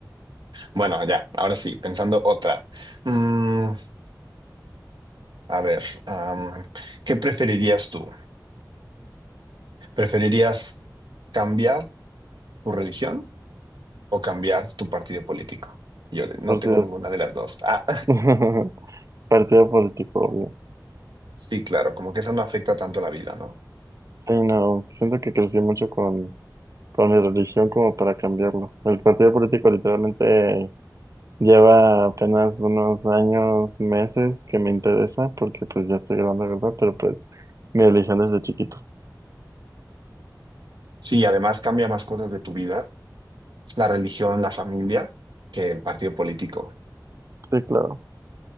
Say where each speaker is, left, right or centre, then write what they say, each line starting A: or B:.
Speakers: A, on the right; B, on the right.
A: Bueno, ya, ahora sí, pensando otra. Mm, a ver, am, ¿qué preferirías tú? ¿Preferirías cambiar tu religión o cambiar tu partido político? Yo no
B: Partido.
A: tengo ninguna de las dos. Ah,
B: <laughs> Partido político, obvio.
A: <laughs> sí, claro, como que eso no afecta tanto la vida, ¿no?
B: Sí, no, siento que crecí mucho con, con mi religión como para cambiarlo. El partido político literalmente lleva apenas unos años, meses que me interesa, porque pues ya estoy grande, ¿verdad? Pero pues mi religión desde chiquito.
A: Sí, además cambia más cosas de tu vida, la religión, la familia, que el partido político.
B: Sí, claro.